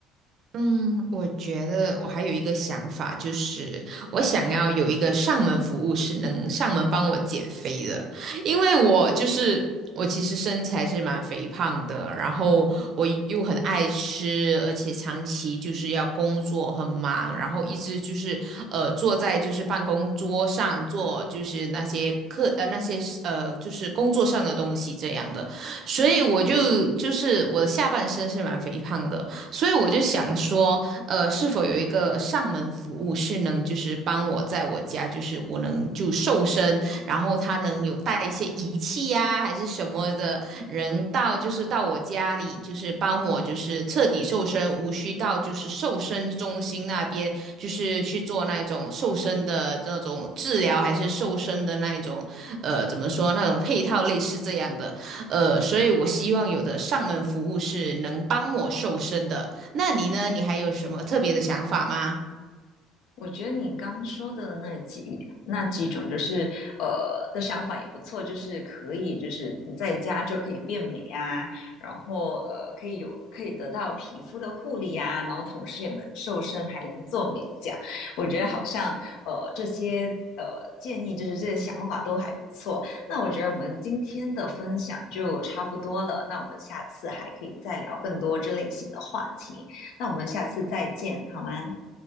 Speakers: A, on the right; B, on the left.
A: 嗯，我觉得我还有一个想法，就是我想要有一个上门服务是能上门帮我减肥的，因为我就是我其实身材是蛮肥胖的，然后我又很爱吃，而且长期就是要工作很忙，然后一直就是呃坐在就是办公桌上做就是那些课呃那些呃就是工作上的东西这样的，所以我就就是我的下半身是蛮肥胖的。所以我就想说，呃，是否有一个上门服务是能就是帮我在我家，就是我能就瘦身，然后他能有带一些仪器呀、还是什么的，人到就是到我家里，就是帮我就是彻底瘦身，无需到就是瘦身中心那边，就是去做那种瘦身的那种治疗，还是瘦身的那一种，呃，怎么说那种配套类似这样的。呃，所以我希望有的上门服务是能帮我瘦身的。那你呢？你还有什么特别的想法吗？
B: 我觉得你刚说的那几那几种，就是呃的想法也不错，就是可以，就是你在家就可以变美啊，然后呃可以有可以得到皮肤的护理啊，然后同时也能瘦身，还能做美甲。我觉得好像呃这些呃建议，就是这些想法都还不错。那我觉得我们今天的分享就差不多了，那我们下次还可以再聊更多这类型的话题。那我们下次再见，好吗？